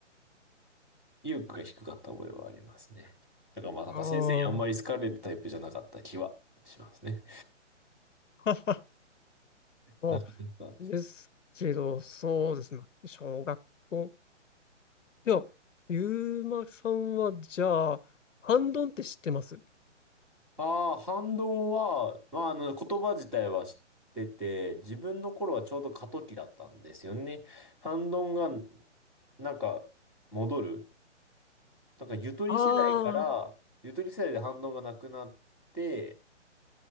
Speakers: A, in the centre; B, on the left (about 85°).
A: 意欲が低かった覚えはありますね。だからまあなんか先生にあんまり好かれるタイプじゃなかった気はしますね。
B: あ、ああ、<laughs> そ
A: なんか、なんか
B: うですけど、そうですね。小学校。いや、ゆうまさんは、じゃあ、ハンドンって知ってます
A: ああ、反動は、まああの言葉自体は知ってて、自分の頃はちょうど過渡期だったんですよね。反動がなんか戻る。なんかゆとり世代から、
B: あ
A: ゆとり世代で反動がなくなって、